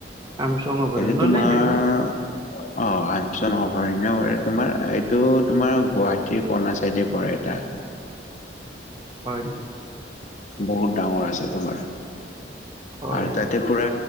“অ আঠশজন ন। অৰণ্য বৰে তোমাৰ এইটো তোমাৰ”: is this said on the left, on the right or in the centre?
Left